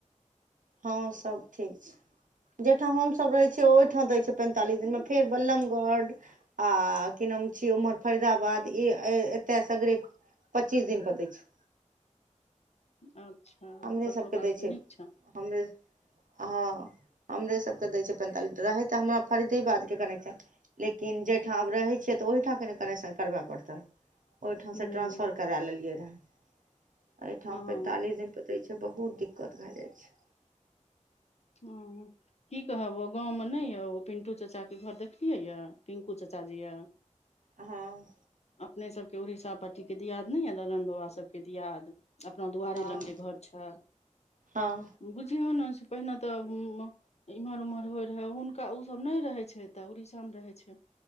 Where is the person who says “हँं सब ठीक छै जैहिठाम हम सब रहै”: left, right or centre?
Right